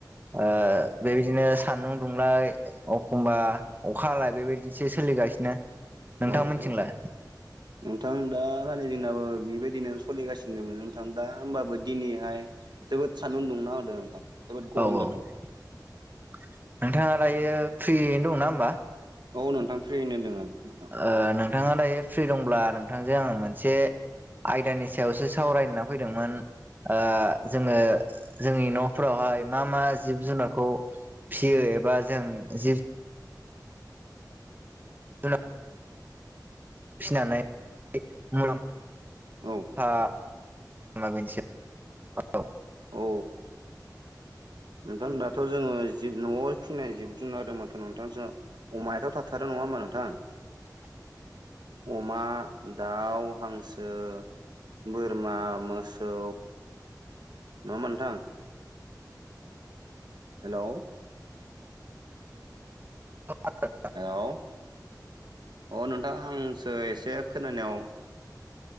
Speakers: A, on the right (about 25°); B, on the right (about 85°).
A: ओ बेबायदिनो सान्दुं दुंलाय अखमबा अखा हालाय बेबायदिसो सोलिगासिनो नोंथांमोनथिंलाय
B: औ औ। नोंथां दा सानै जोंनाबो बेबायदिनो सलिगासिनोमोन नोंथां दा होमबाबो दिनैहाय जोबोद सान्दुं दुंना होदों नोंथां। जोबोद गरम
A: औ औ
B: जादों
A: नोंथाङा दायो फ्रियैनो दंना होमबा?
B: औ नोंथां फ्रियैनो दोङो नोंथां।
A: ओ नोंथाङा दायो फ्रि दंब्ला नोंथांजों आङो मोनसे आयदानि सायावसो सावरायना फैदोंमोन। ओ जोङो जोंनि न'फोरावहाय मा मा जिब जुनारखौ फिसियो एबा जों जिब जुना फिनानै मुलाम
B: औ।
A: आ होमबा बेनोसै औ।
B: औ नोंथां दाथ' जोङो जिब न'आव फिनाय जिब जुनार होमाथ' नोंथां जोंहा अमायाथ' थाथारो नङा होमबा नोंथां?
A: <inaudible>
B: अमा, दाउ, हांसो, बोरमा, मोसौ नङा होमबा नोंथां? हेलौ!
A: <unintelligible>
B: हेलौ अ' नोंथां आंसो एसे खोनानायाव